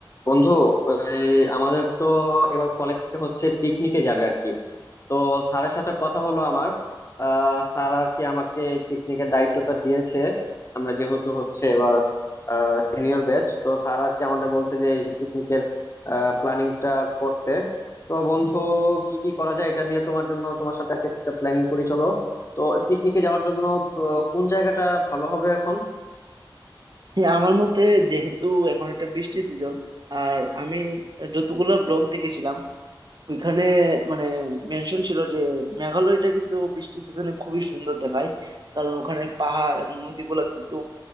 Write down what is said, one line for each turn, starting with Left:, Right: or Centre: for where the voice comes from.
Left: বন্ধু ওই আমাদের তো এবার কলেজ থেকে হচ্ছে পিকনিকে যাবে আর কি তো স্যারের সাথে কথা হলো আমার আহ স্যার আর কি আমাকে পিকনিকের দায়িত্বটা দিয়েছে আমরা যেহেতু হচ্ছে এবার সিনিয়র ব্যাচ তো স্যার আর কি আমাদের বলছে যে এই পিকনিকের প্ল্যানিংটা করতে তো বন্ধু কি কি করা যায় এটা নিয়ে তোমার জন্য তোমার সাথে আর কি একটা প্ল্যানিং করি চলো তো পিকনিকে যাওয়ার জন্য তো কোন জায়গাটা ভালো হবে এখন
Right: হ্যাঁ আমার মতে যেহেতু এখন একটা বৃষ্টি সিজন আর আমি যতগুলো ব্লগ দেখেছিলাম ওইখানে মানে মেনশন ছিল যে মেঘালয়টা কিন্তু বৃষ্টি সিজনে খুবই সুন্দর দেখায় কারণ ওখানে পাহাড় এবং নদীগুলো কিন্তু